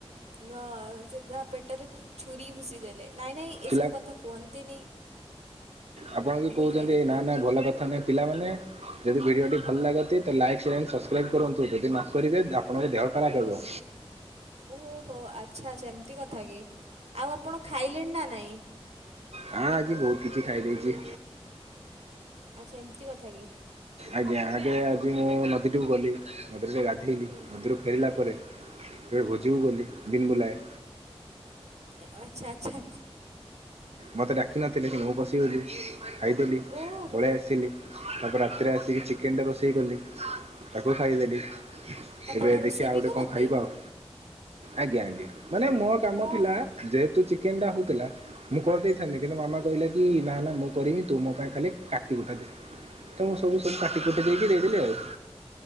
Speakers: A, on the right (about 80°); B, on the right (about 75°).
A: ହଁ ସିଧା ପେଟରେ ଛୁରୀ ଭୁସି ଦେଲେ ନାଇଁ ନାଇଁ
B: ପିଲା
A: ଏସବୁ କଥା କୁହନ୍ତିନି।
B: ଆପଣ ବି
A: ଭୁଲ
B: କହୁଛନ୍ତି
A: କହିଦେଲି
B: ଏଇ ନା
A: ଟିକେ
B: ନା ଭଲ କଥା ନୁହେଁ ପିଲାମାନେ? ଯଦି ଭିଡ଼ିଓଟି ଭଲ ଲାଗନ୍ତି ତ ଲାଇକ୍ ଆଣ୍ଡ ସବସ୍କ୍ରାଇବ୍ କରନ୍ତୁ ଯଦି ନ କରିବେ ଆପଣଙ୍କ ଦେହ ଖରାପ ହେବ।
A: ଓହୋ ଆଚ୍ଛା ଆଚ୍ଛା ଏମିତି କଥା କି ଆଉ ଆପଣ ଖାଇଲେଣି ନା ନାଇଁ?
B: ହଁ ଆଜି ବହୁତ କିଛି ଖାଇଦେଇଛି?
A: ଆଚ୍ଛା ଏମିତି କଥା କି?
B: ଆଜ୍ଞା ଆଗେ ଆଜି ମୁଁ ନଦୀକୁୁ ଗଲି ନଦୀ ଗ ଗାଧେଇଲି
A: ହୁଁ।
B: ନଦୀ ରୁ ଫେରିଲା ପରେ
A: ହୁଁ
B: ଏବେ ଭୋଜିକୁ ଗଲି ବିନ ବୁଲାଏ।
A: ଆ ଆଚ୍ଛା ଆଚ୍ଛା।
B: ମୋତେ ଡାକିିନଥିଲେ କିନ୍ତୁ ମୁଁ ପଶିଗଲି ଖାଇଦେଲି
A: ଓହୋ
B: ପଳେଇ ଆସିଲି। ତାପରେ ରାତିରେ ଆସିକି ଚିକେନ ଟେ ରୋଷେଇ କଲି ତାକୁ ଖାଇଦେଲି।
A: ଆପଣ
B: ଏବେ
A: ରୋଷେଇ
B: ଦେଖିବା ଆଉ
A: ବି
B: ଗୋଟେ
A: କରନ୍ତି?
B: କଣ ଖାଇବା ଆଉ। ଆଜ୍ଞା ଆଜ୍ଞା ମାନେ ମୋ କାମ
A: ହଁ
B: ଥିଲା
A: ହଁ।
B: ଯେହେତୁ ଚିକେନ ଟା ହଉଥିଲା। ମୁଁ କରିଦେଇଥାନ୍ତିି କିନ୍ତୁ ମାମା କହିଲା କି ନା ନା ମୁଁ କରିବି ତୁ ମୋ ପାଇଁ ଖାଲି କାଟିିକୁଟା ଦେବୁ। ତ ମୁଁ ସବୁ ସବୁ କାଟି କୁଟି ଦେଇକି ଦେଇଦେଲି ଆଉ।